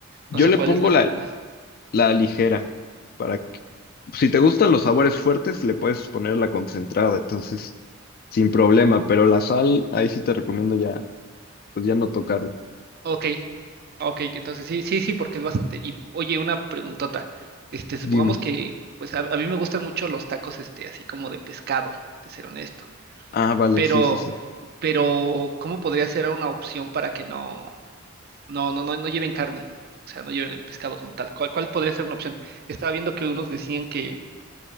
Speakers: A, on the left; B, on the right.
A: yo
B: No sé
A: le
B: cuál
A: pongo
B: es la
A: la,
B: que pongas.
A: la ligera para que, si te gustan los sabores fuertes, le puedes poner la concentrada, entonces, sin problema, pero la sal, ahí sí te recomiendo ya. pues ya no tocarla.
B: Ok, ok, entonces sí, sí, sí, porque es bastante. Y oye, una preguntota. Este, supongamos
A: Dime.
B: que, pues a, a mí me gustan mucho los tacos, este, así como de pescado, de ser honesto.
A: Ah, vale,
B: Pero
A: sí, sí, sí.
B: pero ¿cómo podría ser una opción para que no, no, no, no, no lleven carne? O sea, no lleven el pescado como tal. ¿Cuál, cuál podría ser una opción? Estaba viendo que unos decían que,